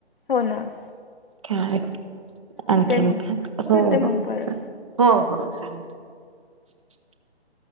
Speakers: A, on the left; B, on the right.
A: हो न
B: काय आणखीन
A: मग
B: काय आता हो
A: करते मग
B: हो
A: परत
B: हो हो चालत <inaudible>